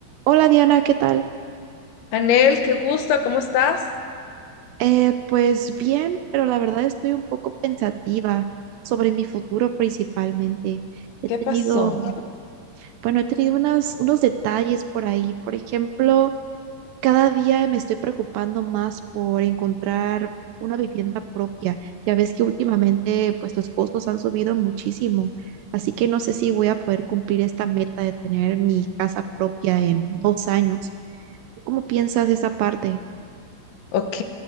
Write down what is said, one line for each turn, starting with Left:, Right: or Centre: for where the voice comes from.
Right: Hola Diana, ¿qué tal?
Left: Anel, qué gusto, ¿cómo estás?
Right: Eh, pues bien, pero la verdad estoy un poco pensativa sobre mi futuro principalmente. He
Left: ¿Qué
Right: tenido,
Left: pasó?
Right: bueno, he tenido unas, unos detalles por ahí. Por ejemplo, cada día me estoy preocupando más por encontrar una vivienda propia. Ya ves que últimamente pues los costos han subido muchísimo, así que no sé si voy a poder cumplir esta meta de tener mi casa propia en dos años. ¿Tú cómo piensas esa parte?
Left: Ok,